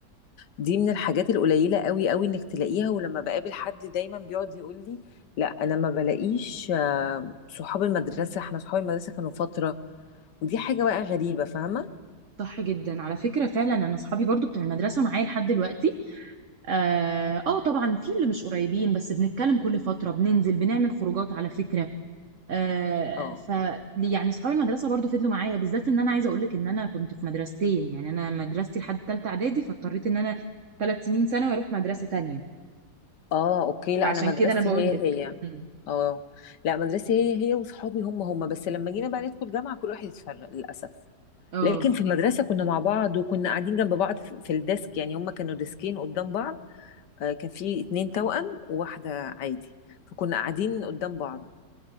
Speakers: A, on the left; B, on the right.
A: دي من الحاجات القليلة قوي قوي إنك تلاقيها ولما بقابل حد دايما بيقعد يقول لي لا أنا ما بلاقيش آه صحاب المدرسة إحنا صحاب المدرسة كانوا فترة ودي حاجة بقى غريبة فاهمة؟
B: صح جدا على فكره فعلا انا اصحابي برضو بتوع المدرسه معايا لحد دلوقتي اه آه، طبعا في اللي مش قريبين بس بنتكلم كل فتره بننزل بنعمل خروجات على فكره آه
A: اه
B: ف يعني صحاب المدرسه برضو فضلوا معايا بالذات ان انا عايزه اقول لك ان انا كنت في مدرستين يعني انا مدرستي لحد ثالثه اعدادي فاضطريت ان انا ثلاث سنين ثانوي اروح مدرسه تانية
A: اه اوكي لا
B: فعشان
A: انا مدرستي
B: كده انا بقول
A: هي
B: لك
A: هي فاهماني
B: مم.
A: اه لا مدرستي هي هي وصحابي هم هم بس لما جينا بقى ندخل جامعة كل واحد اتفرق للأسف
B: اه
A: لكن في المدرسة كنا مع بعض وكنا قاعدين جنب بعض في في الديسك يعني هم كانوا ديسكين قدام بعض آه، كان في اتنين توأم وواحدة عادي فكنا قاعدين قدام بعض